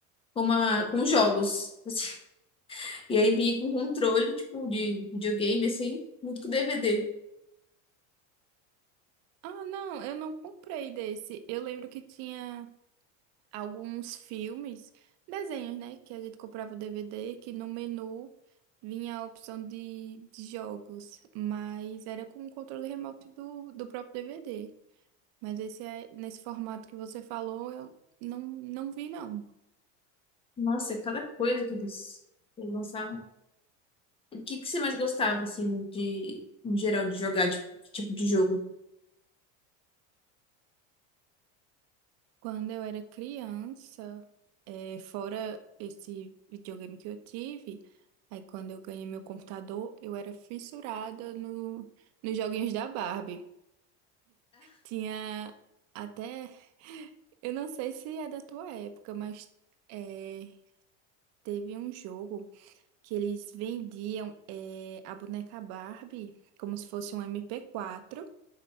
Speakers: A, on the left; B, on the right.
A: com, uma, com jogos. <laughs> E aí vinha com controle, tipo, de videogame, assim, muito com DVD.
B: Ah, não, eu não comprei desse. Eu lembro que tinha. alguns filmes, desenhos, né? Que a gente comprava o DVD, que no menu vinha a opção de, de jogos, mas era com o controle remoto do, do próprio DVD. Mas esse é, nesse formato que você falou, eu não, não vi, não.
A: Nossa, cada coisa que eles, eles lançavam. O que que você mais gostava, assim, de, em geral, de jogar, tipo, que tipo de jogo?
B: Quando eu era criança, eh, fora esse videogame que eu tive, aí quando eu ganhei meu computador, eu era fissurada no, nos joguinhos da Barbie. Tinha até. Eu não sei se é da tua época, mas é, teve um jogo que eles vendiam é, a boneca Barbie como se fosse um MP4.